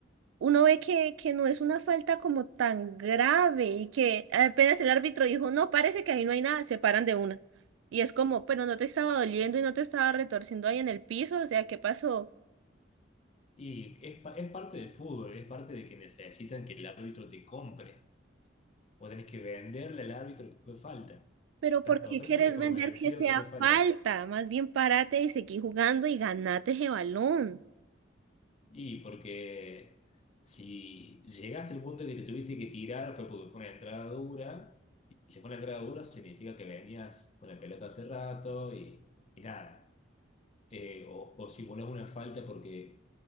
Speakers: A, on the right (about 85°); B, on the left (about 35°).
A: uno ve que, que no es una falta como tan grave y que apenas el árbitro dijo, no, parece que ahí no hay nada, se paran de una. Y es como, pero no te estaba doliendo y no te estaba retorciendo ahí en el piso, o sea, ¿qué pasó?
B: Y es, pa- es parte del fútbol, es parte de que necesitan que el árbitro te compre. Vos tenés que venderle al árbitro que fue falta.
A: Pero
B: Estás
A: ¿por qué
B: totalmente
A: quieres
B: convencido
A: vender que sea
B: que fue falta.
A: falta? Más bien párate y seguí jugando y ganate ese balón.
B: Y porque si llegaste al punto que te tuviste que tirar fue porque fue una entrada dura. Y si fue una entrada dura significa que venías con la pelota hace rato y, y nada. Eh, o, o si pones una falta porque